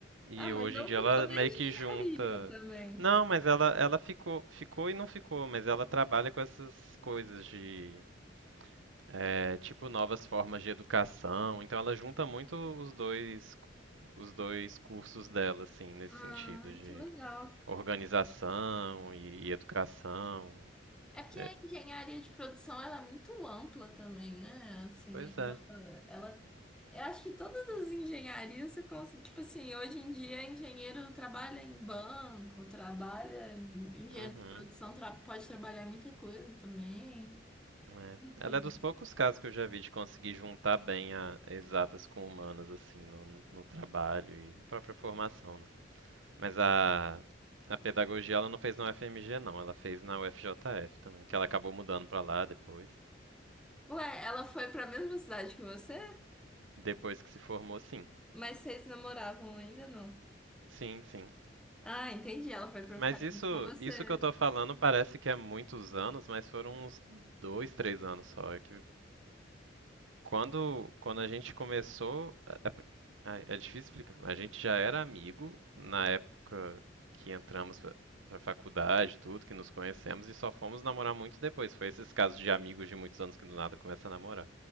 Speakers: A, on the right; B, in the centre.
A: e
B: Ah, mas
A: hoje
B: não
A: em dia
B: ficou
A: ela
B: na
A: meio
B: engenharia
A: que junta.
B: também.
A: Não, mas ela ela ficou, ficou e não ficou, mas ela trabalha com essas coisas de é, tipo novas formas de educação. Então ela junta muito os dois os dois cursos dela assim, nesse
B: Ah,
A: sentido de
B: que legal.
A: organização e, e educação.
B: É porque
A: É,
B: a engenharia de produção ela é muito ampla também, né? Assim,
A: pois é.
B: ela, ela- eu acho que todas as engenharias você consegue, tipo assim, hoje em dia engenheiro trabalha em banco, trabalha, engenheiro
A: Uhum.
B: de produção tra- pode trabalhar em muita coisa também.
A: É.
B: Enfim.
A: Ela é dos poucos casos que eu já vi de conseguir juntar bem a exatas com humanas, assim, no, no- no trabalho e a própria formação, né? Mas a, a pedagogia ela não fez na UFMG, não. Ela fez na UFJF também, que ela acabou mudando pra lá depois.
B: Ué, ela foi para a mesma cidade que você?
A: Depois que se formou, sim.
B: Mas vocês namoravam ainda não?
A: Sim, sim.
B: Ah, entendi. Ela foi para
A: Mas
B: ficar
A: isso,
B: junto com você.
A: isso que eu tô falando parece que é muitos anos, mas foram uns dois, três anos só. É que Quando, quando a gente começou. É, é- é difícil explicar. A gente já era amigo na época que entramos pra, pra faculdade, tudo, que nos conhecemos, e só fomos namorar muito depois. Foi esses casos de amigos de muitos anos que do nada começa a namorar.